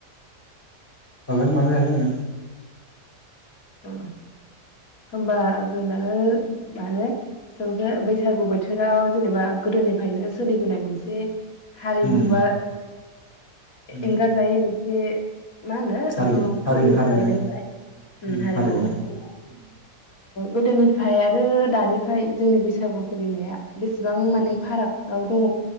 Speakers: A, on the left; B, on the left.
A: हागोन मानो हाय जानो
B: ओ होमबा जों दानो माने जों बे बैसागु बोथोराव जेनेबा गोदोनिफ्रायनो सोलिबोनाय मोनसे हारिमु
A: उम
B: बा
A: उम
B: एंगार जायै मोन से मा होनो
A: हारि
B: एखौ
A: हारि
B: फोरबो
A: हारिमु
B: जाहैबाय नालाय
A: उम
B: ओम हारिम
A: हारिमु
B: ओ
A: उम
B: गोदोनिफ्राय आरो दानिफ्राय जोंनि बैसागु सोलिनाया बेसेबां
A: उम
B: माने फाराग गाव दङ